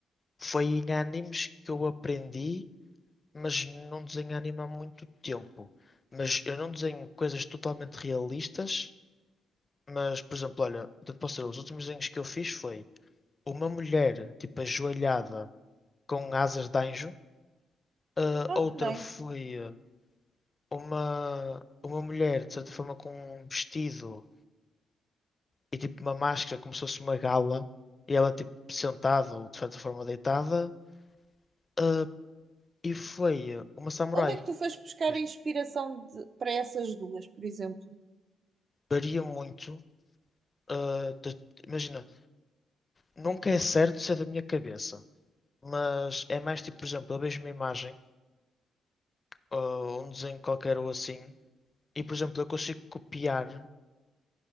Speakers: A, on the left; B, on the right.
A: Foi em animes que eu aprendi, mas não desenho anime há muito tempo. Mas eu não desenho coisas totalmente realistas Mas, por exemplo, olha, eu te posso dizer, os últimos desenhos que eu fiz foi uma mulher, tipo, ajoelhada com asas de anjo, ah,
B: Ah,
A: outra
B: que nice.
A: foi ah, uma, uma mulher, de certa forma, com um vestido e, tipo, uma máscara, como se fosse uma gala, e ela, tipo, sentada ou, de certa forma, deitada, ah, e foi ah, uma samurai.
B: Onde é que tu foste buscar
A: Diz,
B: a inspiração de- para essas duas, por exemplo?
A: Varia muito, ah, de- imagina, nunca é certo se é da minha cabeça, mas é mais, tipo, por exemplo, eu vejo uma imagem ou um desenho qualquer ou assim, e por exemplo, eu consigo copiar.